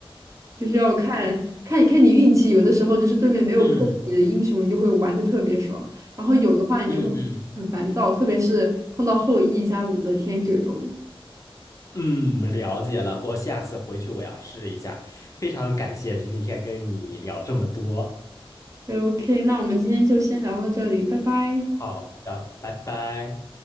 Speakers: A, on the right; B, on the left.
A: 就是要看看看你运气，有的时候就是对面没有克制你的英雄，
B: 嗯
A: 你就会玩的特别爽，然后有的话你就会很烦躁，
B: 嗯嗯
A: 特别是碰到后羿加武则天这种。
B: 嗯，了解了，我下次回去我要试一下。非常感谢今天跟你聊这么多，
A: OK，那我们今天就先聊到这里，拜拜。
B: 好的，拜拜。